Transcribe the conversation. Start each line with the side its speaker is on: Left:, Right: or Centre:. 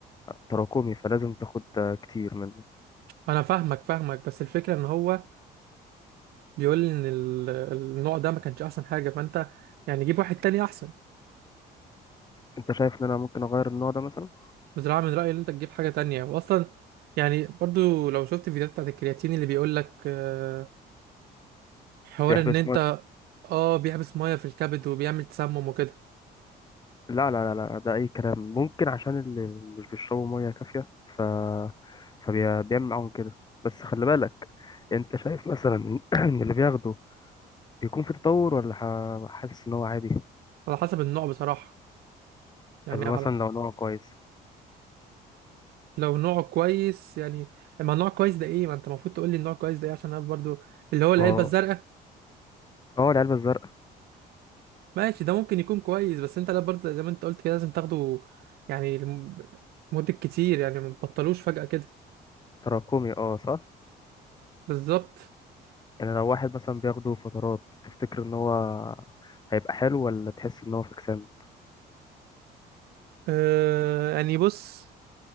Left: تراكمي فلازم تاخد كتير منه
Right: انا فاهمك فاهمك بس الفكره ان هو بيقول لي ان ال- النوع ده ما كانش احسن حاجه فانت يعني جيب واحد تاني احسن
Left: انت شايف ان انا ممكن اغير النوع ده مثلا
Right: بصراحة من رأيي ان انت تجيب حاجة تانية واصلا يعني برضو لو شفت فيديوهات بتاعت الكرياتين اللي بيقولك آه، حوار
Left: بيحبس
Right: ان انت اه بيحبس مية في الكبد وبيعمل تسمم وكده
Left: لا لا لا لا ده أي كلام ممكن عشان اللي مش بيشربوا مية كافية ف... فبيعمل معاهم كده بس خلي بالك أنت شايف مثلا إن <clears throat> إن اللي بياخده بيكون في تطور ولا ح- حاسس إن هو عادي
Right: على حسب النوع بصراحة يعني
Left: طب مثلا
Right: على
Left: لو نوع كويس
Right: لو نوع كويس يعني اما نوع كويس ده ايه ما انت المفروض تقول لي النوع كويس ده ايه عشان انا برضو اللي هو العلبة
Left: ما هو
Right: الزرقاء
Left: اه العلبة الزرقاء
Right: ماشي ده ممكن يكون كويس بس انت لا برضو زي ما انت قلت كده لازم تاخده يعني لم- مدة كتير يعني ما تبطلوش فجأة كده
Left: تراكمي اه صح
Right: بالظبط
Left: يعني لو واحد مثلا بياخده فترات تفتكر إن هو هيبقى حلو ولا تحس إن هو فكسان
Right: آه يعني بص